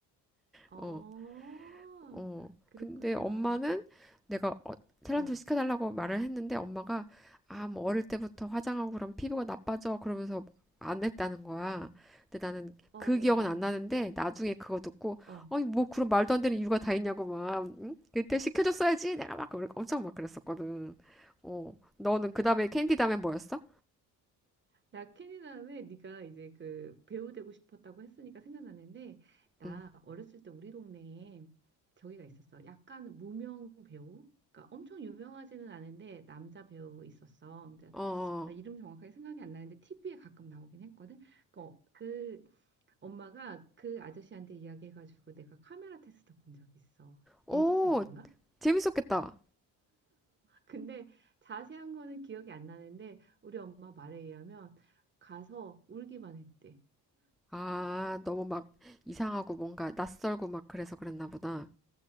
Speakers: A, on the right; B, in the centre.
A: 어,
B: 어. 어,
A: 그랬구나.
B: 근데 엄마는 내가 어, 탤런트를
A: 어, 어,
B: 시켜달라고 말을 했는데 엄마가 아, 뭐 어릴 때부터 화장하고 그럼 피부가 나빠져 그러면서 안 했다는 거야. 근데 나는
A: 어,
B: 그 기억은 안 나는데 나중에 그거 듣고
A: 어. 어.
B: 아니 뭐 그런 말도 안 되는 이유가 다 있냐고 막 응? 그때 시켜줬어야지 내가 막 그래- 엄청 막 그랬었거든. 어, 너는 그 다음에 캔디 다음에 뭐였어?
A: 나 캐니다음에 네가 이제 그 배우 되고 싶었다고 했으니까 생각나는데 나
B: 응,
A: 어렸을 때 우리 동네에 저기가 있었어. 약간 무명 배우? 그러니까 엄청 유명하지는 않은데 남자 배우 있었어. 근데
B: 어, 어.
A: 나 이름 정확하게 생각이 안 나는데 TV에 가끔 나오긴 했거든. 그, 어- 그 엄마가 그 아저씨한테 이야기해가지고 내가 카메라 테스트 본 적 있어.
B: 오,
A: 일곱 살 땐가?
B: 재밌었겠다.
A: 근데 자세한 거는 기억이 안 나는데 우리 엄마 말에 의하면 가서 울기만 했대.
B: 아, 너무 막 이상하고 뭔가 낯설고 막 그래서 그랬나 보다.